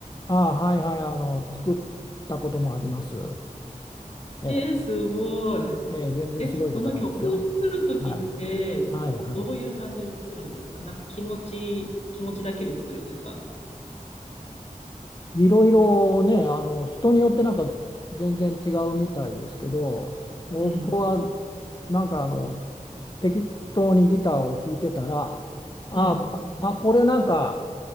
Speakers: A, on the left; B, on the left.
A: ああ、はいはい、あの、作ったこともあります。ええ、
B: えー、すごい。
A: ええ、全然すごいことないですよ。
B: え、その曲を作るときって、
A: はい。はいはい。
B: どういう感じで作るんですかなんか気持ち、気持ちだけで作るんですか
A: いろいろね、あの、人によってなんか全然違うみたいですけど、僕は
B: うん、
A: なんかあの、適当にギターを弾いてたら、ああ、
B: うん、
A: あ、これなんか